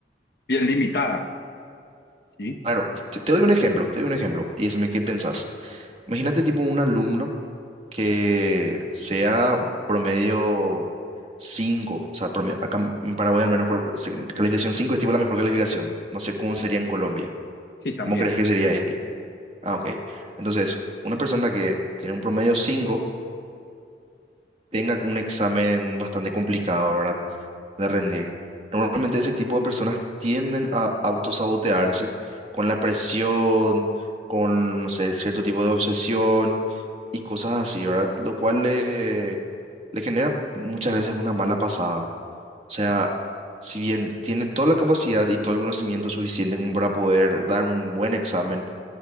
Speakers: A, on the left (about 65°); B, on the right (about 35°).
A: bien limitada, ¿sí?
B: Claro, te, te doy un ejemplo, te doy un ejemplo y decime qué pensás. Imagínate tipo un alumno que sea promedio 5, o sea, promedio- acá en Paraguay al menos por- se- calificación 5 es tipo la mejor calificación. No sé cómo sería
A: Sí.
B: en Colombia.
A: Sí, también,
B: ¿Cómo crees que sería ahí? Ah, ok. Entonces, una persona que tiene un promedio 5 tenga un examen bastante complicado, ¿verdad? De rendir. Normalmente ese tipo de personas tienden a autosabotearse con la presión, con, no sé, cierto tipo de obsesión y cosas así, ¿verdad? Lo cual le, le genera muchas veces una mala pasada. O sea, si bien tiene toda la capacidad y todo el conocimiento suficiente como para poder dar un buen examen,